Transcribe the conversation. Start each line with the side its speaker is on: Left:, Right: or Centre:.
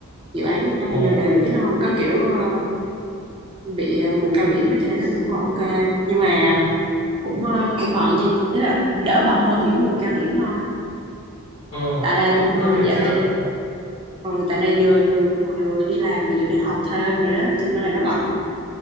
Right: dự án thì nó
Left: ồ,
Right: cũng đều đều chứ nó không có kiểu ờ, bị ờ, mùa cao điểm á, cho nên nó cũng ờ, ok nhưng mà cũng ờ, cũng bận nha ý là đỡ bận hơn những mùa cao điểm thôi
Left: ờ,
Right: tại là
Left: ôm
Right: ừ,
Left: một cao điểm
Right: dạo
Left: thế
Right: này
Left: nào?
Right: ừ, tại này vừa vừa vừa đi làm mà vừa đi học thêm nữa đó cho nên là nó bận